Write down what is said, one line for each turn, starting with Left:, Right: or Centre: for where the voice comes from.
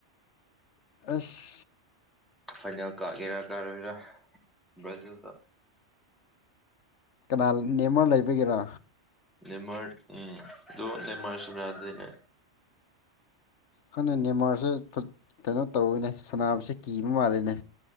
Left: ꯑꯁ
Centre: ꯐꯥꯏꯅꯦꯜ ꯀꯥꯒꯦꯔꯥ ꯀꯥꯔꯣꯏꯔꯥ ꯕ꯭ꯔꯥꯖꯤꯜꯗ
Left: ꯀꯅꯥ ꯅꯦꯝꯃ ꯂꯩꯕꯒꯦꯔꯥ
Centre: ꯦꯃꯔ ꯎꯝ ꯑꯗꯨꯣꯦꯔꯁꯤꯅꯥꯗꯅꯦ
Left: ꯈꯪꯅ ꯅꯦꯃꯔꯁꯦ ꯀꯩꯅꯣ ꯇꯧꯔꯏꯅꯦ ꯁꯅꯥꯁꯦ ꯀꯤꯕ ꯃꯥꯜꯂꯤꯅꯦ